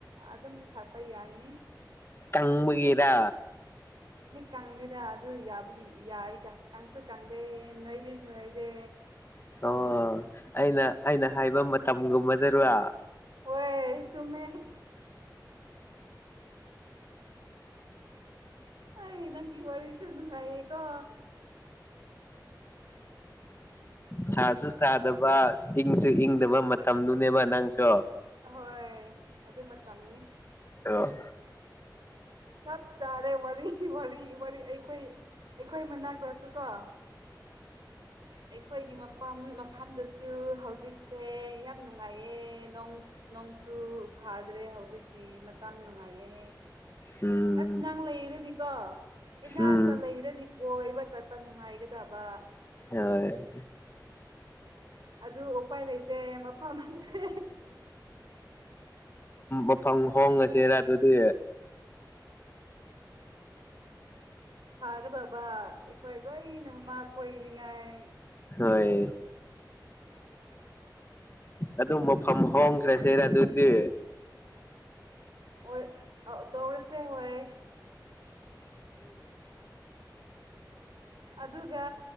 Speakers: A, on the right; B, on the left.
A: ꯑꯗꯨꯝ ꯊꯥꯛꯄ ꯌꯥꯅꯤ
B: ꯇꯪꯕꯒꯦꯔꯥ
A: ꯀꯥꯡꯪꯗꯦꯗ ꯑꯗꯨ ꯌꯥꯕꯨꯗꯤ ꯌꯥꯏꯗ ꯀꯥꯡꯁꯨ ꯀꯥꯡꯗꯦ ꯅꯣꯏꯗꯤ ꯅꯣꯏꯗꯦ
B: ꯑꯣ ꯑꯩꯅ ꯑꯩꯅ ꯍꯥꯏꯕ ꯃꯇꯝꯒꯨꯝꯕꯗꯔ
A: ꯍꯣꯏ ꯆꯨꯝꯃꯦ ꯑꯩ ꯅꯪꯒꯤ ꯋꯥꯔꯤꯁꯨ ꯅꯨꯡꯉꯥꯏꯌꯦꯀꯣ
B: ꯁꯥꯁꯨ ꯊꯥꯗꯕ ꯏꯪꯁꯨ ꯏꯪꯗꯕ ꯃꯇꯝꯗꯨꯅꯦꯕ ꯅꯪꯁꯨ
A: ꯑꯍꯣꯏ ꯑꯗꯨ ꯃꯇꯝꯅꯤ
B: ꯑꯣ
A: ꯆꯞ ꯆꯥꯔꯦ ꯋꯥꯔꯤ ꯋꯥꯔꯤ ꯋꯥꯔꯤ ꯑꯩꯈꯣꯏ ꯑꯩꯈꯣꯏ ꯃꯅꯥꯛꯇꯁꯨ ꯀꯣ ꯑꯩꯈꯣꯏꯒꯤ ꯃꯐꯝ ꯃꯐꯝꯗꯁꯨ ꯍꯧꯖꯤꯛꯁꯦ ꯌꯥꯝ ꯅꯨꯡꯉꯥꯏꯌꯦ ꯅꯣꯡ ꯅꯣꯡꯁꯨ ꯁꯥꯗ꯭ꯔꯦ ꯍꯧꯖꯤꯛꯇꯤ ꯃꯇꯝ ꯅꯨꯡꯉꯥꯏꯌꯦ
B: ꯎꯝ
A: ꯑꯁ ꯅꯪ ꯂꯩꯔꯗꯤꯀꯣ ꯏꯅꯥꯛꯇ
B: ꯎꯝ
A: ꯂꯩꯔꯗꯤ ꯀꯣꯏꯕ ꯆꯠꯄ ꯅꯨꯡꯉꯥꯏꯒꯗꯕ
B: ꯍꯣꯏ
A: ꯑꯗꯨ ꯎꯄꯥꯏ ꯂꯩꯇꯦ ꯃꯐꯝ ꯁꯦ
B: ꯃꯐꯝ ꯍꯣꯡꯉꯁꯤꯔ ꯑꯗꯨꯗꯤ
A: ꯀꯥꯒꯗꯕ ꯑꯩꯈꯣꯏ ꯂꯣꯏꯅ ꯃꯃ ꯀꯣꯏꯅꯤꯡꯉꯥꯏ
B: ꯍꯣꯢ ꯑꯗꯨꯝ ꯃꯐꯝ ꯍꯣꯡꯈ꯭ꯔꯁꯤꯔ ꯑꯗꯨꯗꯤ
A: ꯍꯣꯏ ꯇꯧꯔꯁꯦ ꯍꯣꯏ ꯑꯗꯨꯒ